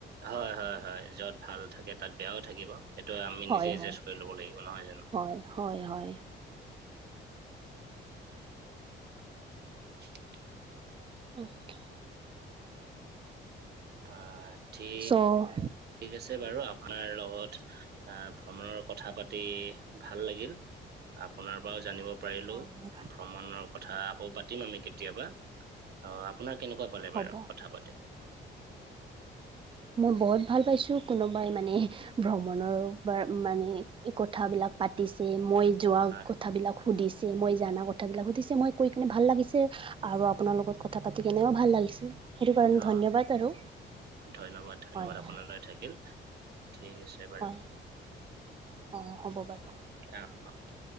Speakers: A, on the right; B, on the right.
A: হয় হয় হয়, য'ত ভাল থাকে তাত বেয়াও থাকিব সেইটো আমি
B: হয়
A: নিজে এডজাষ্ট
B: হয়
A: কৰি ল'ব লাগিব নহয় জানো?
B: হয় হয় হয়।
A: <inaudible>
B: অ'কে।
A: অ' ঠিক
B: অ'।
A: ঠিক আছে বাৰু আপোনাৰ লগত ভ্ৰমণৰ কথা পাতি ভাল লাগিল। আপোনাৰ পৰাও জানিব পাৰিলোঁ।
B: হয় হয়
A: ভ্ৰমণ কথা আকৌ পাতিম আমি কেতিয়াবা। আৰু আপোনাৰ কেনেকুৱা পালে
B: হ'ব
A: বাৰু কথা পাতি?
B: মই বহুত ভাল পাইছোঁ কোনোবাই মানে ভ্ৰমণৰপৰা মানে কথাবিলাক পাতিছে মই যোৱা
A: হয়
B: কথাবিলাক সুধিছে, মই জানা কথাবিলাক সুধিছে, মই কৈ কিনে ভাল লাগিছে। আৰু আপোনাৰ লগত কথা পাতি তেনেও ভাল লাগিছে সেইটো কাৰণে
A: অ
B: ধন্যবাদ আৰু।
A: ধন্যবাদ ধন্যবাদ
B: হয়
A: আপোনালৈ থাকিল। ঠিক আছে। বাৰু
B: হয়। অ' হ'ব বাৰু।
A: অ' অ'কে।